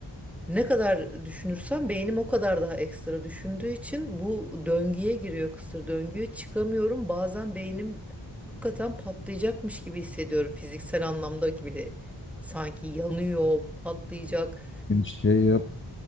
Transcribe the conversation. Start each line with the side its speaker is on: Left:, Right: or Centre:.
Centre: ne kadar düşünürsem beynim o kadar daha ekstra düşündüğü için bu döngüye giriyor kısır döngüye çıkamıyorum. Bazen beynim hakikaten patlayacakmış gibi hissediyorum fiziksel anlamda gibi de sanki yanıyor, patlayacak.
Left: bir şey yap